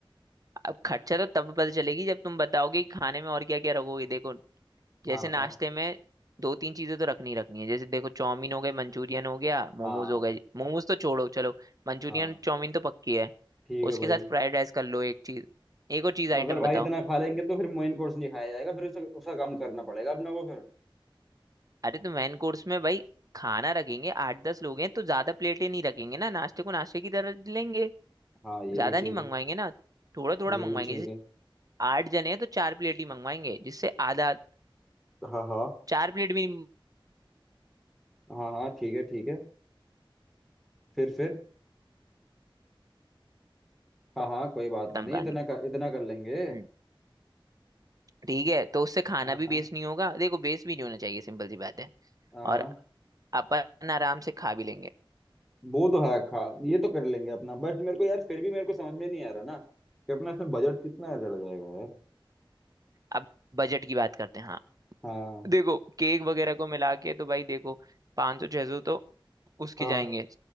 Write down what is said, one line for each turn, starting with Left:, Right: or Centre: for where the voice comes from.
Right: अब खर्चा तो तब पता चलेगी जब तुम बताओगे कि खाने में और क्या क्या रखोगे देखो जैसे
Centre: हाँ बताओ
Right: नाश्ते में दो तीन चीजें तो रखनी ही रखनी है जैसे देखो चाउमीन हो गए मंचूरियन हो गया मोमोज
Centre: हाँ
Right: हो गए मोमोज तो छोड़ो चलो मंचूरियन
Centre: हाँ
Right: चाउमीन तो पक्की है
Centre: ठीक है
Right: उसके
Centre: भाई
Right: साथ फ्राइड राइस कर लो एक चीज एक और चीज आइटम
Centre: मगर भाई
Right: बताओ
Centre: इतना खा लेंगे तो फिर मेन कोर्स नहीं खाया जाएगा फिर उसका उसका कम करना पड़ेगा अपने को फिर
Right: अरे तो मेन कोर्स में भाई खाना रखेंगे आठ दस लोग हैं तो ज्यादा प्लेटें नहीं रखेंगे ना नाश्ते को नाश्ते की तरह लेंगे
Centre: हाँ ये
Right: ज्यादा
Centre: भी ठीक
Right: नहीं मंगवाएंगे
Centre: है
Right: ना थोड़ा थोड़ा
Centre: ये
Right: मंगवाएंगे
Centre: भी ठीक
Right: जैसे
Centre: है
Right: आठ जने हैं तो चार प्लेट ही मंगवाएंगे जिससे आधा
Centre: हाँ हाँ
Right: चार प्लेट भी नहीं
Centre: हाँ हाँ ठीक है ठीक है फिर फिर हाँ हाँ कोई बात
Right: खत्म
Centre: नहीं
Right: कहानी
Centre: इतना कर इतना कर लेंगे
Right: हम्म, ठीक है तो उससे खाना
Centre: हाँ
Right: भी वेस्ट नहीं होगा देखो वेस्ट भी नहीं होना चाहिए सिंपल सी बात है
Centre: हाँ हाँ।
Right: और अपन आराम से खा भी लेंगे
Centre: वो तो है खा ये तो कर लेंगे अपना बट मेरे को यार फिर भी मेरे को समझ में नहीं आ रहा ना कि अपना इसमें बजट कितना चला जाएगा यार
Right: अब बजट की बात करते हैं हाँ
Centre: हाँ
Right: देखो केक वगैरह को मिला के तो भाई देखो पाँच सौ छः सौ तो उसके
Centre: हाँ
Right: जाएंगे